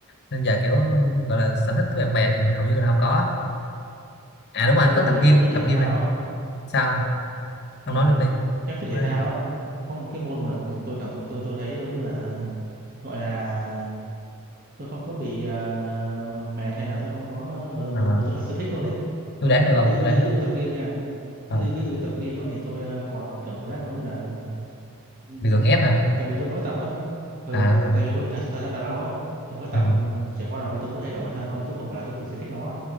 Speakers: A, on the left; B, on the right.
A: nên giờ kiểu gọi là sở thích với bạn bè thì hầu như là không có à đúng rồi
B: tôi
A: có tập
B: thì
A: gym
B: nhắc tới thể
A: tập
B: thao
A: gym này
B: á,
A: sao
B: ờ,
A: không nói luôn đi
B: nhắc tới thể
A: nói
B: thao
A: đi
B: á, có một cái môn mà tôi cảm tôi tôi thấy giống như là gọi là tôi không có bị ờ, mệt hay là tôi không có mà, tôi-
A: Ờ,
B: mà, tôi- mà tôi thật sự thích luôn ấy.
A: tôi đoán được
B: Ừ,
A: không
B: ví dụ
A: tôi đoán
B: ví
A: được
B: dụ như tập gym nha,
A: Ờ,
B: ví dụ ví dụ như tập gym á, thì tôi ờ, còn cảm giác giống như là ừ,
A: lực lượng ép hả?
B: tại vì tôi mới tập á, ờ,
A: à
B: tại vì mới thời, thời gian đầu á thì mới tập
A: ừ,
B: ừ, chẳng qua là vì tôi muốn thay đổi bản thân thôi chứ không phải là tôi thực sự thích nó.